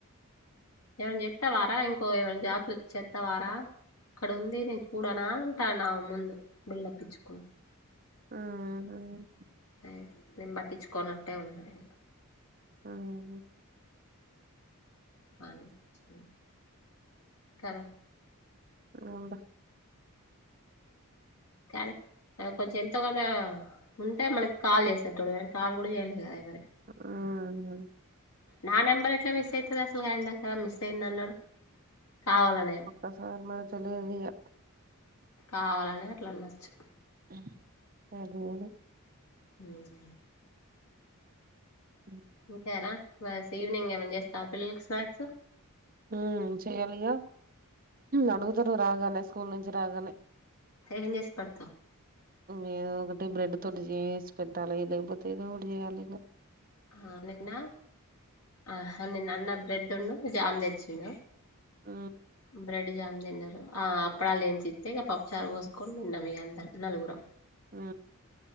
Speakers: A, on the left; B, on the right.
A: ఏవనా జేస్తావారా ఇంకో ఏమైనా జాబ్బు చెత్తావారా ఇక్కడ ఉంది నేను చూడన అంటనా ముందు బిల్డప్ ఇచ్చుకు
B: ఉమ్మ్
A: అ నేను పట్టించుకోనట్టే ఉన్నాయి
B: అవున
A: అను చింది కదా
B: నీవంద
A: కాలే అ కొంచెం ఎంతో కన్న ఉంటే మనకి కాల్ చేసేటోళ్ళు మనకి కాల్ కూడా చేయలేదు కదా ఎవరికి
B: ఆ అను అను
A: నా నెంబర్ ఎట్లా మిస్ అయితది అసలు ఆయన దగ్గర మిస్ అయిందన్నడు కావాలనే
B: అ సార్ మ తెలిదియ
A: కావాలనే అట్లా అన్నచ్చు
B: <unintelligible>
A: హ్మ్
B: మ్
A: ఇంకేర బస్ ఈవినింగ్ ఏమన్నా చేస్తావ పిల్లలకి స్నాక్సు
B: ఉమ్ చెయాలిగా అడుగుతారు రాగానే స్కూల్ నుంచి రాగానే
A: ఏం చేసి పెడతావ్
B: ఎదోకటి బ్రెడ్ తోటి చేసి పెట్టాలి లేకపోతే ఏదో ఒకటి చేయాలి ఇగ
A: ఆ నిన్న ఆహా నిన్న అన్న బ్రెడును జామ్ తెచ్చిన్నా
B: ఆ
A: బ్రెడ్ జామ్ తిన్నారు ఆ అప్పడాలేంచిస్తే ఇంగ పప్పుచారు
B: ఉహు
A: పోసుకోన్ తిన్నాం ఇగ అందరం నలుగురం
B: ఊ